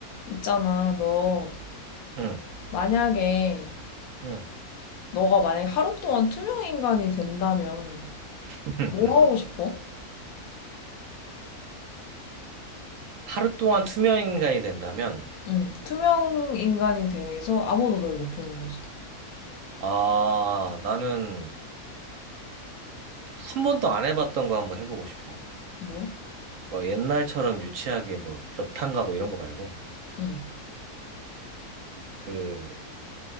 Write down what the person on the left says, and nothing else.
있잖아, 너
만약에
너가 만약 하루 동안 투명 인간이 된다면
뭐 하고 싶어?
응, 투명 인간이 돼서 아무도 널 못 보는 거지.
뭐?
응,